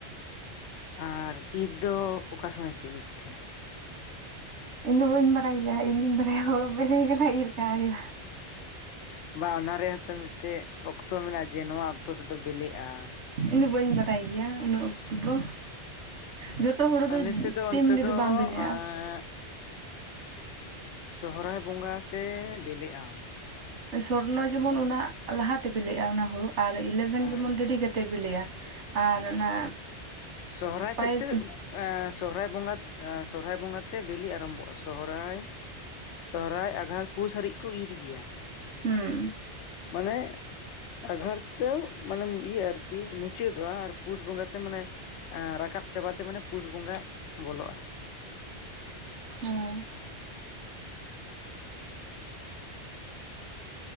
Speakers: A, on the left (about 90°); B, on the right (about 85°).
A: ᱟᱨ ᱤᱛ ᱫᱚ ᱚᱠᱟ ᱥᱚᱢᱚᱹᱭ ᱯᱮ ᱤᱫ ᱛᱟᱦᱮᱱᱟ?
B: ᱤᱧᱫᱚ ᱵᱟᱹᱧ ᱵᱟᱲᱟᱭ ᱜᱮᱭᱟ ᱤᱧ ᱫᱩᱧ ᱵᱟᱲᱟᱭᱟ ᱦᱳᱲᱳ ᱵᱮᱞᱮ ᱠᱟᱱᱟ ᱤᱨ ᱠᱟᱜ ᱦᱩᱭᱩᱜᱼᱟ᱾
A: ᱵᱟ ᱚᱱᱟ ᱨᱮᱭᱟᱜ ᱦᱚᱛᱚ ᱢᱤᱫᱴᱮᱡ ᱚᱠᱛᱚ ᱢᱮᱱᱟᱜᱼᱟ ᱡᱮ ᱱᱚᱣᱟ ᱚᱠᱛᱚ ᱛᱮᱫᱚ ᱵᱮᱞᱮᱜᱼᱟ᱾
B: ᱤᱧ ᱫᱚ ᱵᱟᱹᱧ ᱵᱟᱰᱟᱭ ᱜᱮᱭᱟ ᱩᱱᱟᱹᱜ ᱚᱠᱛᱚ ᱫᱚ, ᱡᱷᱚᱛ ᱛᱚ ᱦᱳᱲᱩ
A: ᱟᱞᱮ
B: ᱫᱚ <unintelligible>
A: ᱥᱮᱫ ᱚᱱᱛᱮ
B: ᱫᱚ ᱵᱟᱝ ᱵᱮᱞᱮᱜᱼᱟ
A: ᱮᱸ
B: ᱾
A: ᱥᱚᱦᱚᱨᱟᱭ ᱵᱚᱸᱜᱟ ᱛᱮ ᱵᱮᱞᱮ ᱟᱢ᱾
B: ᱥᱚᱨᱱᱚ ᱡᱮᱢᱚᱱ ᱚᱱᱟ ᱞᱟᱦᱟ ᱛᱮ ᱵᱮᱞᱮᱜᱟ ᱚᱱᱟ ᱦᱩᱲᱩ ᱟᱨ ᱤᱨ ᱞᱮᱱᱠᱷᱟᱱ
A: ᱦᱮᱸ
B: ᱡᱮᱢᱚᱱ ᱰᱮᱨᱤ ᱠᱟᱛᱮᱜ᱾ ᱛᱮ ᱵᱮᱞᱮᱭᱟ ᱟᱨ ᱚᱱᱟ
A: ᱥᱚᱦᱚᱨᱟᱭ
B: ᱯᱟᱭᱮᱥ
A: ᱥᱮᱫ ᱛᱮ
B: ᱦᱩᱸ
A: ᱥᱚᱦᱚᱨᱟᱭ ᱵᱚᱸᱜᱟ ᱥᱚᱨᱦᱟᱭ ᱵᱚᱸᱜᱟ ᱛᱮ ᱵᱮᱞᱮ ᱟᱨᱟᱢᱵᱷᱚᱜᱼᱟ᱾ ᱥᱚᱦᱨᱟᱭ ᱥᱚᱦᱨᱟᱭ ᱟᱜᱷᱟᱲ ᱯᱩᱥ ᱦᱟᱨᱤᱡ ᱠᱚ ᱤᱨ ᱜᱮᱭᱟ᱾
B: ᱦᱩᱸ
A: ᱢᱟᱱᱮ ᱟᱸᱜᱷᱟᱲ ᱛᱮ ᱢᱟᱱᱮᱢ ᱤᱭᱟᱹ ᱟᱨᱠᱤ ᱢᱩᱪᱟᱹᱫᱚᱜᱼᱟ, ᱟᱨ ᱯᱩᱥ ᱵᱚᱸᱜᱟ ᱛᱮ ᱢᱟᱱᱮ ᱨᱟᱠᱟᱵ ᱪᱟᱵᱟ ᱛᱮ ᱢᱟᱱᱮ ᱯᱩᱥ ᱵᱚᱸᱜᱟ ᱵᱚᱞᱚᱜᱼᱟ᱾
B: ᱦᱩᱸ